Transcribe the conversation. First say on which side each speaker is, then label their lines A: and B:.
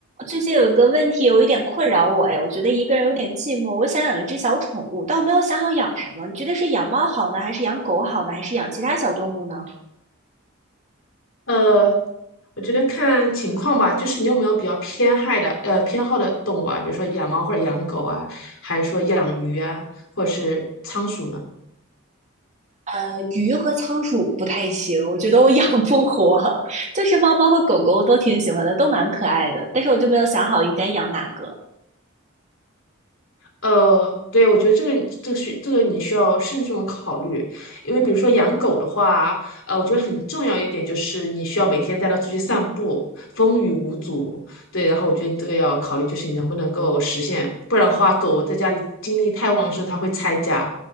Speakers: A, on the right; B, on the left.
A: 最近有一个问题有一点困扰我，哎，我觉得一个人有点寂寞，我想养一只小宠物，但我没有想好养什么。你觉得是养猫好呢，还是养狗好呢，还是养其他小动物呢？
B: 呃，我觉得看情况吧，就是你有没有比较偏爱的呃偏好的动物啊，比如说养猫或者养狗啊，还是说养鱼啊，或者是仓鼠呢？
A: 呃，鱼和仓鼠不太行，我觉得我养不活。<laughs> 就是猫猫和狗狗我都挺喜欢的，都蛮可爱的，但是我就没有想好应该养哪个。
B: 呃，对，我觉得这个这个需这个你需要慎重的考虑，因为比如说养狗的话，呃，我觉得很重要一点就是你需要每天带它出去散步，风雨无阻。对，然后我觉得你这个要考虑，就是你能不能够实现，不然的话，狗在家里精力太旺盛，它会拆家。